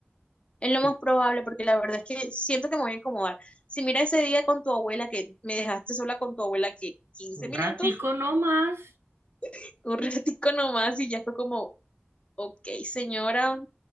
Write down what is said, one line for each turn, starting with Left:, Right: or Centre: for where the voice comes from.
Left: Es lo más
Right: Y
Left: probable, porque la verdad es que siento que me voy a incomodar. Si mira ese día con tu abuela, que me dejaste sola con tu abuela, que quince
Right: Un
Left: minutos,
Right: ratico nomás,
Left: <laughs> un ratico nomás, y ya fue como, ok, señora,